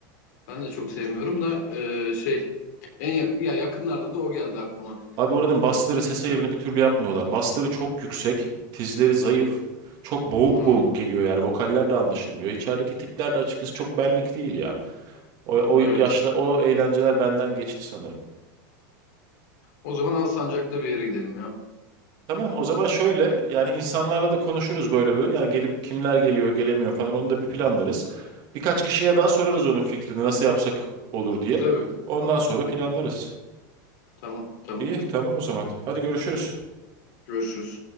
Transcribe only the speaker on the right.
Abi oranın basları ses ayarını bir türlü yapmıyorlar. Basları çok yüksek, tizleri zayıf. Çok boğuk
boğuk geliyor yani vokaller de anlaşılmıyor. İçerideki tipler de açıkçası çok benlik değil ya. O, o
yaşla o eğlenceler benden geçti sanırım.
Tamam o zaman şöyle yani insanlarla da konuşuruz böyle böyle. Yani gelip kimler geliyor gelemiyor falan onu da bir planlarız. Birkaç kişiye daha sorarız onun fikrini nasıl yapsak olur diye.
Ondan sonra planlarız.
İyi tamam o zaman. Hadi görüşürüz.